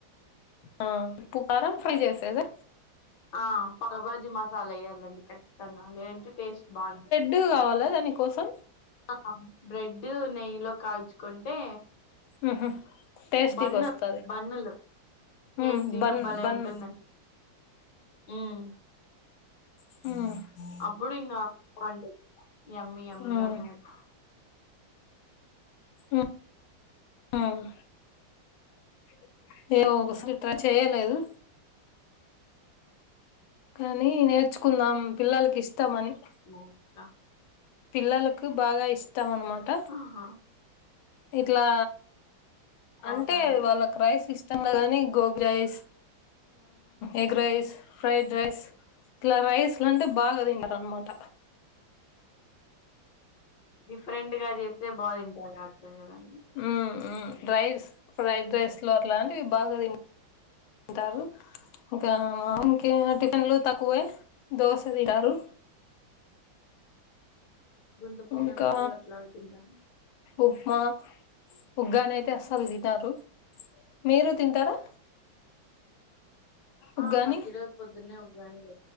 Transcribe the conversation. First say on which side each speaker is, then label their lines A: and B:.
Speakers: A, on the left; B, on the left.
A: ఆ ఉప్పుకారం ఫ్రై చేసేదా
B: ఆ పావ్ భాజీ మసాలా వేయ్యాలండి ఖచ్చితంగా లేదంటే టేస్ట్ బాగోదు
A: డు కావాలా దాని కోసం
B: ఆ బ్రెడ్ నెయ్యిలో కాల్చుకుంటే
A: ఊహూ టేస్టీకి
B: బన్ను
A: వస్తాది
B: బన్నులు
A: హమ్
B: టేస్టీగా
A: బన్
B: భలే
A: బన్
B: ఉంటుందండి ఉమ్
A: హ్మ్
B: అప్పుడు ఇంక బావుంటది ఎమ్మి ఎమ్మిగా
A: ఉమ్
B: తినొచ్చు
A: హ్మ్ మ్మ్ <unintelligible> చేయలేదు కానీ నేర్చుకుందాం పిల్లలకి ఇష్టం అని
B: అక్క
A: పిల్లలకు బాగా ఇష్టం అన్నమాట
B: ఆహా
A: ఇట్లా
B: అవునా
A: అంటే
B: అండి
A: వాళ్ళకి రైస్ ఇస్ కదని gobi rice egg rice fried rice ఇట్లా రైస్ లంటే బాగా తింటారు అన్నమాట
B: డిఫరెంట్ గా చేస్తే బా తింటారు <unintelligible>
A: హ్మ్ హ్మ్ రైస్ ఫ్రైడ్ రైస్ లు అట్లాంటివి బాగా తిన్ తింటారు ఇంకా మామకి టిఫిన్లు తక్కువే దోస తింటారు
B: గుంత పొంగనాలు
A: ఇంకా
B: అట్లావి తిన్రా
A: ఉప్మా ఉగ్గాని అని అయితే అసలు తినరు మీరు తింటారా ఉగ్గాని
B: ఆ మాకి ఈ రోజు పొద్దునే ఉగ్గాని పే